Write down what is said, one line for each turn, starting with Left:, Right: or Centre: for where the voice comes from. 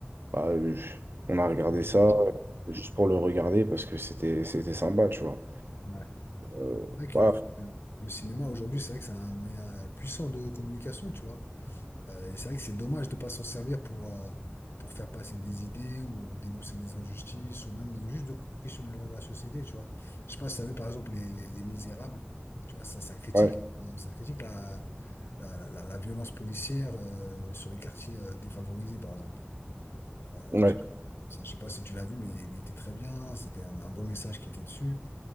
Right: bah, euh, je- on a regardé
Left: pour divertir.
Right: ça juste pour le regarder parce que c'était, c'était sympa, tu vois.
Left: Ouais.
Right: Euh,
Left: C'est vrai que
Right: voilà,
Left: le, le cinéma aujourd'hui, c'est vrai que c'est un moyen euh, puissant de communication, tu vois. Euh, et c'est vrai que c'est dommage de ne pas s'en servir pour, euh, pour faire passer des idées ou dénoncer des injustices ou même euh, juste de questionner la, la société, tu vois. Je sais pas si tu as vu par exemple Les, les, Les Misérables, tu vois, ça, ça critique,
Right: ouais,
Left: euh, ça critique la, la, la, la- la violence policière euh, sur les quartiers euh, défavorisés, par exemple. Euh,
Right: ouais.
Left: je, je sais pas si tu l'as vu, mais il était très bien, c'était un, un beau message qui était dessus.